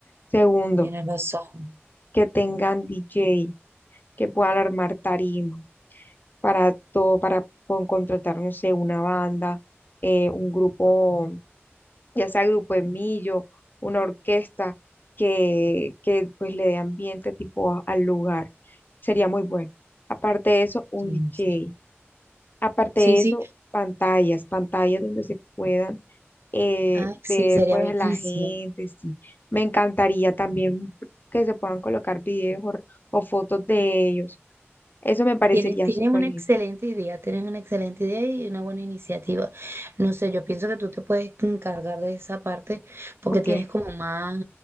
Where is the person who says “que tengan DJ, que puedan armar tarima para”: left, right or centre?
Left